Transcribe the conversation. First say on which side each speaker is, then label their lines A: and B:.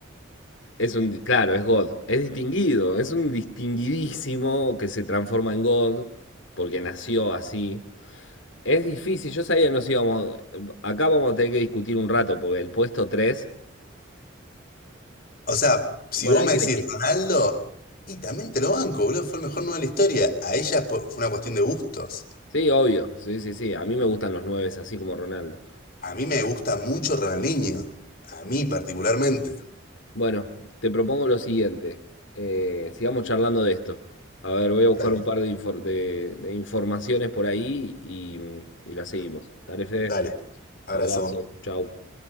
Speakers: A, on the left; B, on the left.
A: Es un, claro, es God. Es distinguido, es un distinguidísimo que se transforma en God porque nació así. Es difícil, yo sabía que nos íbamos. Acá vamos a tener que discutir un rato porque el puesto tres
B: O sea, si
A: Bueno,
B: vos
A: hay
B: me
A: que
B: decís
A: elegir.
B: Ronaldo, y también te lo banco, boludo, fue el mejor nueve de la historia. A ella por- fue una cuestión de gustos.
A: Sí, obvio. Sí, sí, sí. A mí me gustan los 9 así como Ronaldo.
B: A mí me gusta mucho Ronaldinho. A mí particularmente.
A: Bueno, te propongo lo siguiente. Eh, sigamos charlando de esto. A ver, voy a buscar
B: Dale,
A: un par de, infor- de- de informaciones por ahí y, y la seguimos. Dale, Fede.
B: dale. Abrazo.
A: Abrazo. Chau.